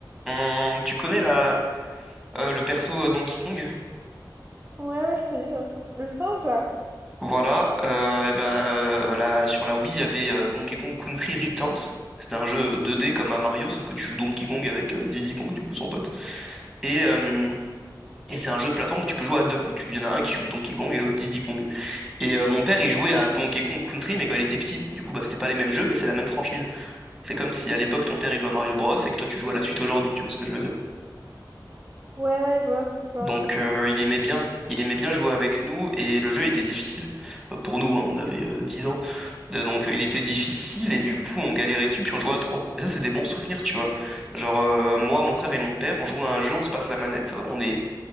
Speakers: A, in the centre; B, on the right (about 20°).
A: Hum, tu connais la euh, le perso euh, Donkey Kong?
B: Ouais, ouais, je connais quand- le singe, là.
A: Voilà. euh, et ben euh, là sur la Wii il y avait euh, Donkey Kong Country Returns. C'était un jeu 2D comme un Mario sauf que tu joues Donkey Kong avec euh, Diddy Kong du coup son pote. Et euh, Et c'est un jeu de plateforme où tu peux jouer à deux, où tu- il y en a un qui joue Donkey Kong et l'autre Diddy Kong. Et euh, mon père, il jouait à Donkey Kong Country, mais quand il était petit, du coup, bah, c'était pas les mêmes jeux, mais c'est la même franchise. C'est comme si à l'époque, ton père, il jouait à Mario Bros et que toi, tu joues à la suite aujourd'hui, tu vois ce que je veux dire.
B: Ouais, ouais, je vois, je vois.
A: Donc, euh, il aimait bien, il aimait bien jouer avec nous, et le jeu était difficile. Euh, pour nous, hein, on avait euh, 10 ans. De- Donc, euh, il était difficile, et du coup, on galérait dessus, puis on jouait à trois. Et ça, c'est des bons souvenirs, tu vois. Genre, euh, moi, mon frère et mon père, on jouait à un jeu, on se passe la manette, on est